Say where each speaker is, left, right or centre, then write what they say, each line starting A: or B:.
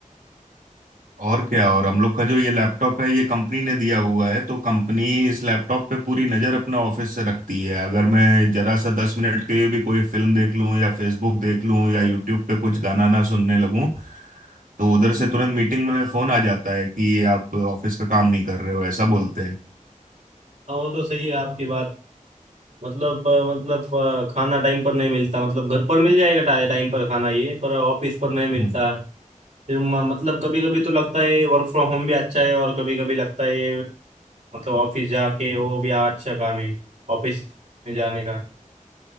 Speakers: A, on the right (about 80°); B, on the right (about 60°).
A: और क्या और हम लोग का जो ये लैपटॉप है ये कंपनी ने दिया हुआ है तो कंपनी इस लैपटॉप पे पूरी नज़र अपना ऑफिस से रखती है अगर मैं जरा सा दस मिनट के लिए भी कोई फिल्म देख लूं या फेसबुक देख लूं या यूट्यूब पे कुछ गाना ना सुनने लगूं तो उधर से तुरंत मीटिंग में फोन आ जाता है कि ये आप ऑफिस का काम नहीं कर रहे हो ऐसा बोलते हैं
B: हाँ वो तो सही है आपकी बात मतलब अ, मतलब अ, खाना टाइम पर नहीं मिलता मतलब घर पर मिल जाएगा टा- टाइम पर खाना ये पर ऑफिस पर नहीं मिलता
A: हम्म
B: फिर म- मतलब कभी कभी तो लगता है वर्क फ्रॉम होम भी अच्छा है और कभी कभी लगता है ये मतलब ऑफिस जाके वो भी अच्छा काम है ऑफिस में जाने का